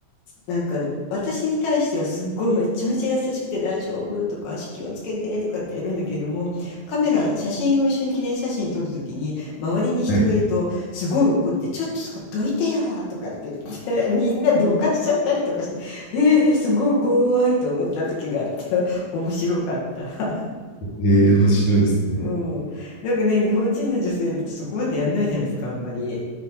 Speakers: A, on the left; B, on the left.
A: なんか私に対してはすっごいめちゃめちゃ優しくて大丈夫とか足気をつけてとかってやるんだけれどもカメラ写真を一緒に記念写真撮るときに周りに人がいるとすごい怒って「ちょっとそこどいてよ」とかって言って
B: はい。
A: <laughs> みんなどかしちゃったりとかしてえー、すごい怖いと思った時があって <laughs> 面白かった。<laughs>
B: ええー面白いですね。
A: うん、なんかね日本人の女性だとそこまでやんないじゃないですかあんまり。